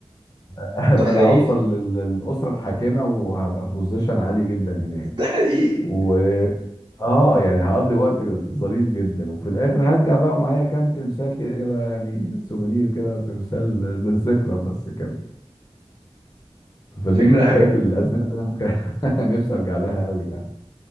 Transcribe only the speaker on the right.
متخيل
ده حقيقي
فكرة